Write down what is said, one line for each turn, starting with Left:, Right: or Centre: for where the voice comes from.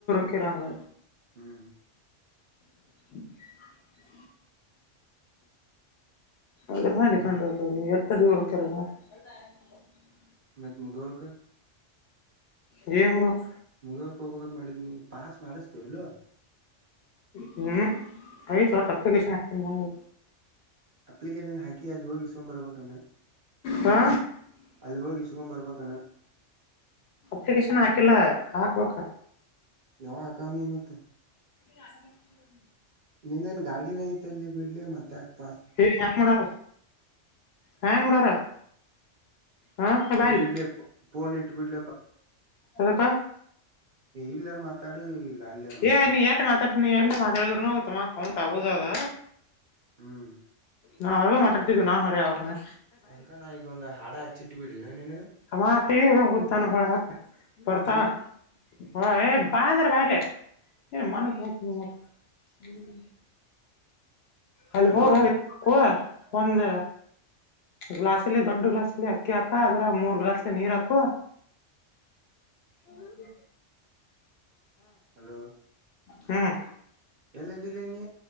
Left: ಕಿರಂಗ.
Right: ಹ್ಮ್.
Left: <inaudible> ಅದ ರೂ
Right: ಹ್ಮ್
Left: ಡಿಪೆಂಡ ನೀ ಎತ ದೂ. <unintelligible>
Right: ಮತ್ ಮುದೋಳಕ.
Left: ಏ <inaudible>
Right: ಮುದ್ಕ ಹೋಗಬದ ಮಾಡಿದ್ ನೀ ಪಾಸ್ ಮಾಡಿಸತೇ ಎಲ್ಲ.
Left: ಹ್ಮ್ ಆಯತ್ ಅಪ್ಲಿಕೇಶನ್ ಅಕಿತೀನಿ.
Right: ಅಪ್ಲಿಕೇಶನ್ ಹಾಕಿ ಅಲ್ಲಿ ಹೋಗಿ ಇಸ್ಕೊಬೆರ್ಬೇಕು ಅಲ್ಲಾ.
Left: ಹಾ
Right: ಅಲ್ಲಿ ಹೋಗಿ ಇಸ್ಕೊಬೆರ್ಬೇಕೇನೋ.
Left: ಅಪ್ಲಿಕೇಶನ್ ಹಾಕಿಲ್ಲ ಹಾಕ್ಬೇಕ
Right: ಯಾವ ಆಕನೀ ಮತ್ತೆ.
Left: <inaudible>
Right: ನಿನ್ನೇನ್ ಗಾಡಿನೈಐತಲ್ಲಿ ಬಿಡ್ಲಿ ಮತ್ತೆ ಯಾಕೆ.
Left: ಏ ಹೆಂಗ ಮಾಡಾರ ಹೆಂಗ ಮಾಡಾರ. ಹಾ ಏ ಬಾ ಇಲ್ಲಿ
Right: ಇಡ್ಲ ಪೋನ ಇಡ ಬಿಡ್
Left: ಅದಕ್ಕ
Right: ಇಲ್ಲ ಮಾತಾ ಇಲ್ಲಾ ಅಲ್ಲಿರ್ ಮಾತಾಡ
Left: ಏ ಎಟ್ ನೀ ಎಲ್ಲಿ ಮಾತಾಡಿದ್ರುನು ತಮ್ಮ ಅಕೌಂಟ್ ಆಗೋುದದ
Right: ಹ್ಮ್
Left: ನಾ ಅವ್ರಗ ಮಾತಾಡ್ತಿದ್ದ್ ನಾನ್ ಹೊರ ಅವಾಗನನೆ.
Right: ಅದ್ಕಾ ಈಗ ಒಂದು ಹಾಡ ಹಚ್ಚಿಟ್ಟು ಬಿಡ್ಲ್ಲ ನಿನಗ
Left: ಅ ಮಾಡ ಮುುದ್ಧಾ <unintelligible> ನ ಹೊಳ ಬರ್ತವ
Right: ಹ್ಮ್
Left: ಹ ಏ ಬಾ ಅಂದ್ರ ಬಾಯಲೆಏ ಮ <unintelligible> ಅಲ್ಲಿ
Right: ಅಲೋ
Left: ಹೋಗವಾ ಒಂದ ಗ್ಲಾಸ್ಲ್ ದೊಡ್ಡ ಗ್ಲಾಸ್ಲ್ ಅಕ್ಕಿ ಹಾಕ ಅದ್ರ ಮೂರ್ ಗ್ಲಾಸ್ಲಿ ನೀರ್ ಹಾಕ ಹಾಗೌ <inaudible>
Right: ಹಲೋ
Left: ಹ್ಮ್
Right: ಎಲ್ಲದಲೇ ನೀ